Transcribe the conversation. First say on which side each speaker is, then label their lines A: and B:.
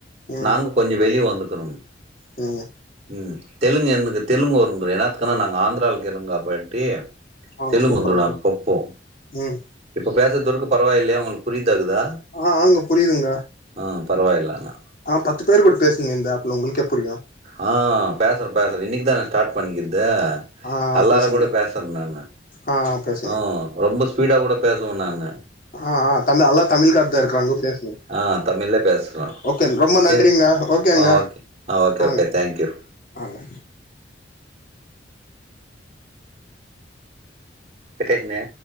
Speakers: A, on the left; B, on the right.
A: ம்
B: நாங்க கொஞ்ச வெளியே வந்துக்குறம்ணு
A: ம்
B: ம் தெலுங்கு எனக்கு தெலுங்கு <unintelligible> எனாத்துக்குன்னா நாங்க ஆந்துராவுல கிறோ கப்பட்டி
A: ஆங்க
B: தெலுங்குதுடான்
A: சூப்பருங்க
B: ப்போ ப்போ இப்
A: ம்
B: இப்போ பேசத்தொருக்கு பரவாயில்லயா உங்களுக்கு புரிதாக்குதா
A: ஆ ஆங்க புரியுதுங்க
B: ஆ பரவாயில்ல அண்ணா
A: ஆ பத்து பேர் கூட பேசுங்க இந்த ஆப்ல உங்குளுக்கே புரியும்
B: ஆ பேசுறே பேசுறே இன்னைக்கு தா நா ஸ்டார்ட் பண்ணிக்கிற்து
A: ஆ
B: அல்லாரு
A: பேசுங்க
B: கூட பேசுவ நானு
A: ஆ பேசுங்க
B: ஆ ரொம்ப ஸ்பீடா கூட பேசுவே நானு
A: ஆ ஆ தமி அல்லா தமிழ் கார தா இருக்குறாங்க பேசுங்க
B: ஆ தமிழ்லே பேசுறேன்.
A: ஓகேங்க ரொம்ப நன்றிங்க
B: தெ
A: ஓகேங்க
B: ஆ ஓகே. ஆ ஓகே,
A: ஆங்க
B: ஓகே. Thank you.
A: ஆங்க
B: பெட்டேக்குன்னு